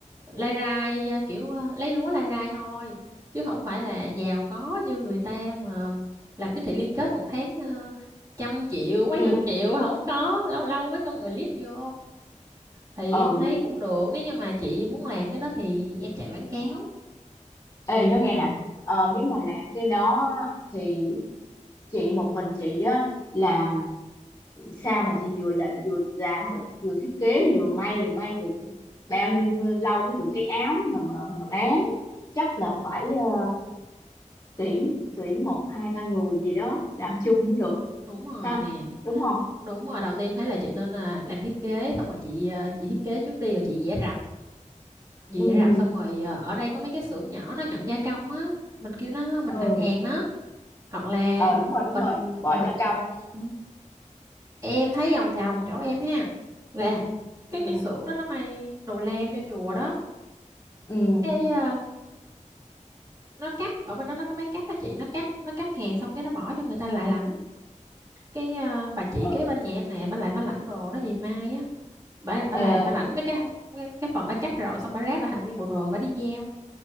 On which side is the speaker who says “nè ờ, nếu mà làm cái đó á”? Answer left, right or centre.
Left